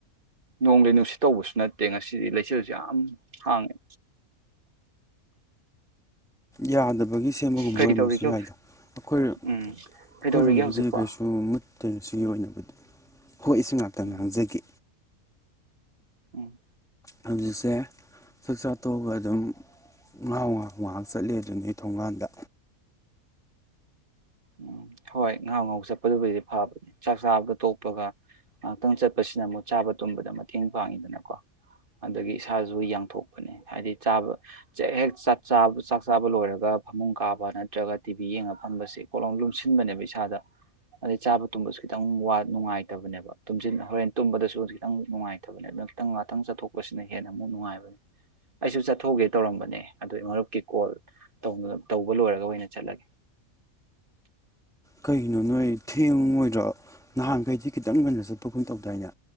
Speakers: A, on the right (about 40°); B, in the centre.
A: ꯅꯣꯡꯂꯩ ꯅꯨꯡꯁꯤꯠ ꯇꯧꯕꯁꯨ ꯅꯠꯇꯦ ꯉꯁꯤꯗꯤ ꯂꯩꯆꯜꯖꯦ ꯌꯥꯝ ꯍꯥꯡꯉꯦ
B: ꯌꯥꯗꯕꯒꯤ ꯁꯦꯝꯕꯒꯨꯝꯕ
A: ꯀꯔꯤ
B: ꯑꯣꯏꯔꯝꯃꯁꯨ
A: ꯇꯧꯔꯤꯒꯦ
B: ꯌꯥꯏꯗ
A: ꯍꯧꯖꯤꯛ
B: ꯑꯩꯈꯣꯏ
A: ꯎꯝ
B: ꯑꯩꯈꯣꯏꯔꯣꯝꯕꯨꯗꯤ
A: ꯀꯩꯗꯧꯔꯤꯒꯦ ꯍꯧꯖꯤꯛꯄꯣ
B: ꯀꯩꯁꯨ <unintelligible> ꯍꯣꯏ ꯏꯁꯨ ꯉꯥꯛꯇꯪ
A: ꯎꯝ
B: ꯉꯥꯡꯖꯒꯦ
A: ꯎꯝ
B: ꯍꯧꯖꯤꯛꯁꯦ ꯆꯥꯛ ꯆꯥ ꯇꯣꯛꯑꯒ ꯑꯗꯨꯝ ꯉꯥꯍꯧꯉꯥꯍꯧ ꯉꯥꯏꯍꯥꯛ ꯆꯠꯂꯤ ꯑꯗꯨꯅꯤ ꯊꯣꯡꯒꯥꯟꯗ
A: ꯎꯝ ꯍꯣꯏ ꯉꯥꯍꯧ ꯉꯥꯍꯧ ꯆꯠꯄꯗꯨꯕꯨꯗꯤ ꯐꯕꯅꯦ ꯆꯥꯛ ꯆꯥꯕꯗ ꯇꯣꯛꯄꯒ ꯉꯥꯏꯍꯥꯛꯇꯪ ꯆꯠꯄꯁꯤꯅ ꯑꯃꯨꯛ ꯆꯥꯕ ꯇꯨꯝꯕꯗ ꯃꯇꯦꯡ ꯄꯥꯡꯉꯤꯗꯅꯀꯣ ꯑꯗꯒꯤ ꯏꯁꯥꯖꯨ ꯌꯥꯡꯊꯣꯛꯄꯅꯦ ꯍꯥꯏꯗꯤ ꯆꯥꯕ ꯍꯦꯛ ꯆꯥꯛ ꯆꯥꯕ ꯂꯣꯏꯔꯒ ꯐꯃꯨꯡ ꯀꯥꯕ ꯅꯠꯇ꯭ꯔꯒ ꯇꯤꯚꯤ ꯌꯦꯡꯉ ꯐꯝꯕꯁꯦ ꯀꯣꯂꯣꯝ ꯂꯨꯝꯁꯤꯟꯕꯅꯦꯕ ꯏꯁꯥꯗ ꯑꯗꯩ ꯆꯥꯕ ꯇꯨꯝꯕꯁꯨ ꯈꯤꯇꯪ ꯅꯨꯡꯉꯥꯏꯇꯕꯅꯦꯕ ꯍꯣꯔꯦꯟ ꯇꯨꯝꯕꯗꯁꯨ ꯈꯤꯇꯪ ꯅꯨꯡꯉꯥꯏꯇꯕꯅꯦ ꯑꯗꯨ ꯈꯤꯇꯪ ꯉꯥꯛꯇꯪ ꯆꯠꯊꯣꯛꯄꯁꯤꯅ ꯍꯦꯟꯅ ꯑꯃꯨꯛ ꯅꯨꯡꯉꯥꯏꯕꯅꯦ ꯑꯩꯁꯨ ꯆꯠꯊꯣꯛꯒꯦ ꯇꯧꯔꯝꯕꯅꯦ ꯑꯗꯨ ꯃꯔꯨꯞꯀꯤ ꯀꯣꯜ ꯇꯧꯕ ꯂꯣꯏꯔꯒ ꯑꯣꯏꯅ ꯆꯠꯂꯒꯦ
B: ꯀꯩꯒꯤꯅꯣ ꯅꯣꯏ ꯊꯦꯡꯉꯣꯏꯗ꯭ꯔꯣ ꯅꯍꯥꯟꯒꯩꯗꯤ ꯈꯤꯇꯪ ꯉꯟꯅ ꯆꯠꯄꯒꯨꯝ ꯇꯧꯗꯥꯏꯅꯦ